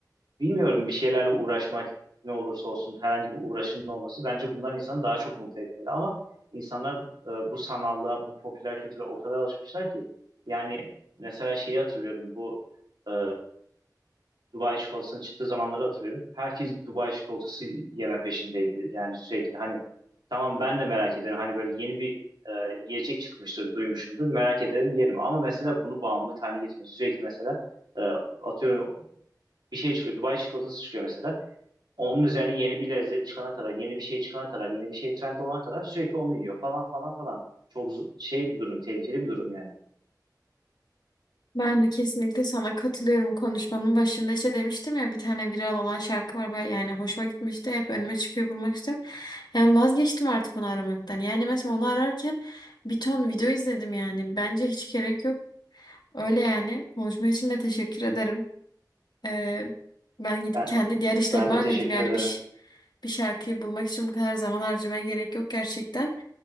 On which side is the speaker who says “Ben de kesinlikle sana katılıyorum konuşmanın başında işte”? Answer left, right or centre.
Left